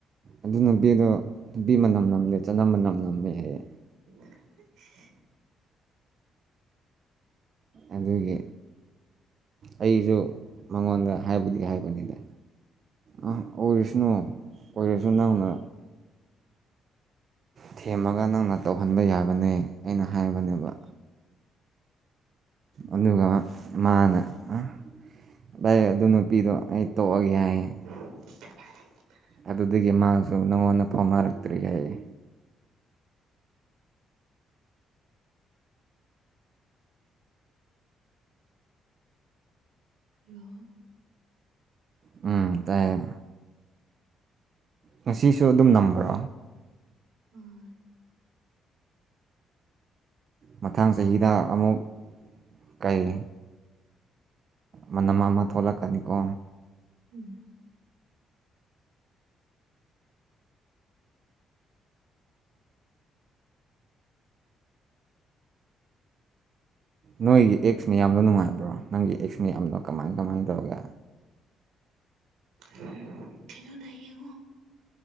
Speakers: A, on the right; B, on the right.
A: ꯑꯗꯨ ꯅꯨꯄꯤꯗꯣ ꯅꯨꯄꯤ ꯃꯅꯝ ꯅꯝꯗꯦ ꯆꯅꯝ ꯃꯅꯝ ꯅꯝꯃꯦ ꯍꯥꯏꯌꯦ
B: <unintelligible>
A: ꯑꯗꯨꯒꯤ ꯑꯩꯖꯨ ꯃꯉꯣꯟꯗ ꯍꯥꯏꯕꯨꯗꯤ ꯍꯥꯏꯕꯅꯤꯗ ꯑꯥ ꯑꯣꯔꯤꯁ꯭ꯅꯨ ꯑꯣꯔꯁꯨ ꯅꯪꯅ ꯊꯦꯝꯃꯒ ꯅꯪꯅ ꯇꯧꯍꯟꯕ ꯌꯥꯕꯅꯦ ꯑꯩꯅ ꯍꯥꯏꯕꯅꯦꯕ ꯑꯗꯨꯒ ꯃꯥꯅ ꯑ ꯚꯥꯢ ꯑꯗꯨ ꯅꯨꯄꯤꯗꯣ ꯑꯩ ꯇꯣꯛꯑꯒꯦ ꯍꯥꯢꯌꯦ
B: <unintelligible>
A: ꯑꯗꯨꯗꯒꯤ ꯃꯥꯁꯨ ꯅꯪꯉꯣꯟꯗ ꯐꯥꯎꯅꯔꯛꯇ꯭ꯔꯤ ꯍꯥꯏꯌꯦ
B: ꯍꯜꯂꯣ
A: ꯎꯝ ꯇꯥꯏꯌꯦ ꯉꯁꯤꯁꯨ ꯑꯗꯨꯝ ꯅꯝꯕ꯭ꯔꯣ
B: ꯑꯣꯢ
A: ꯃꯊꯪ ꯆꯍꯤꯗ ꯑꯃꯨꯛ ꯀꯩ ꯃꯅꯝ ꯑꯃ ꯊꯣꯛꯂꯛꯀꯅꯤꯀꯣ
B: ꯎꯝ
A: ꯅꯣꯏꯒꯤ ꯑꯦꯛꯁ ꯃꯌꯥꯝꯗꯣ ꯅꯨꯡꯉꯥꯏꯕ꯭ꯔꯣ ꯅꯪꯒꯤ ꯑꯦꯛꯁ ꯃꯌꯥꯝꯗꯣ ꯀꯃꯥꯏꯟ ꯀꯃꯥꯏꯟ ꯇꯧꯒꯦ
B: ꯍꯝ ꯊꯤꯗꯨꯅ ꯌꯦꯡꯉꯣ